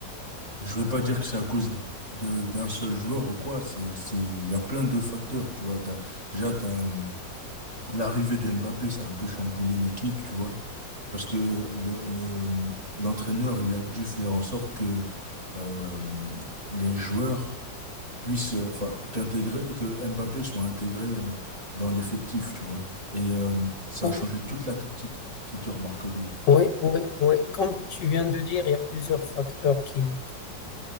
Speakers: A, on the right; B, on the left.
A: Je vais pas dire que c'est à cause de, d'un seul joueur ou quoi, c'est, c'est, il y a plein de facteurs, tu vois. T'as, déjà, t'as, hum, l'arrivée d'Mbappé, ça a un peu chamboulé l'équipe, tu vois. Parce que le, le- l'entraîneur, il a dû faire en sorte que euh, les joueurs puissent, euh, enfin, qu'intégrer, que Mbappé soit intégré euh, dans l'effectif, tu vois. Et euh, ça
B: Ouais.
A: a changé toute la tactique, si tu remarques bien.
B: Oui, oui, oui. Comme tu viens de dire, il y a plusieurs facteurs qui